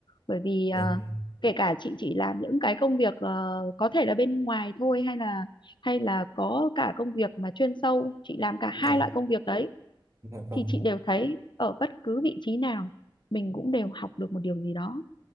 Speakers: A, on the left; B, on the right.
A: bởi vì
B: bởi
A: ờ,
B: vì
A: kể cả chị chỉ làm những cái công việc ờ, có thể là bên ngoài thôi hay là hay là có cả công việc mà chuyên sâu chị làm cả hai
B: dạ
A: loại công việc đấy
B: Dạ vâng,
A: thì chị đều thấy ở bất cứ vị trí nào mình cũng đều học được một điều gì đó